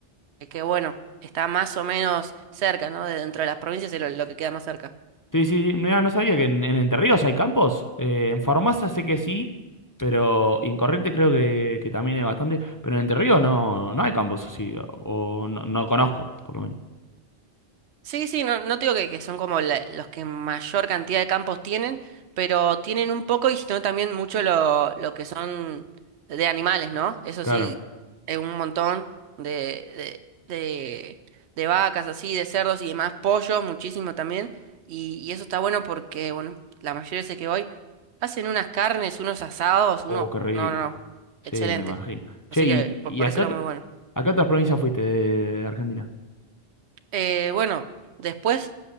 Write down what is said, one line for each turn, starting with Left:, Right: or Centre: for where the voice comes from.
Right: eh, que bueno, está más o menos cerca, ¿no? De dentro de las provincias es lo, lo que queda más cerca.
Left: Sí, sí, sí. Mirá, no sabía que en, en Entre Ríos hay campos. Eh, en Farmacia sé que sí, pero y en Corrientes creo que, que también hay bastante. Pero en Entre Ríos no, no hay campos, así o no, no conozco, por lo menos.
Right: Sí, sí, no, no te digo que, que son como la- los que mayor cantidad de campos tienen, pero tienen un poco y sino también mucho lo, lo que son de animales, ¿no? Eso
Left: Claro.
Right: sí, eh, un montón de, de, de, de vacas así, de cerdos y demás, pollos, muchísimo también. Y, y eso está bueno porque, bueno, la mayoría de veces que voy, hacen unas carnes, unos asados,
Left: Oh,
Right: uno...
Left: qué rico.
Right: No, no, no,
Left: Sí,
Right: excelente.
Left: me imagino. Che,
Right: Así
Left: ¿y,
Right: que por,
Left: y
Right: por
Left: a
Right: eso
Left: qué,
Right: lo
Left: ot-
Right: muy bueno.
Left: a qué otras provincias fuiste de, de Argentina?
Right: Eh, bueno, después...